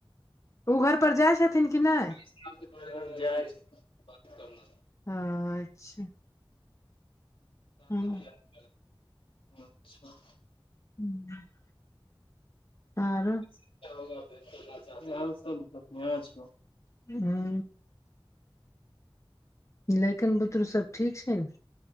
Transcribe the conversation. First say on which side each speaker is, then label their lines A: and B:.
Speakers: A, on the left; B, on the left.
A: ओ घर पर जै छथिन कि नै
B: <unintelligible>
A: हऽ अच्छा
B: <unintelligible>
A: हँ <unintelligible> आरो
B: <unintelligible>
A: <unintelligible> लैकन बुतरू सब ठीक छै न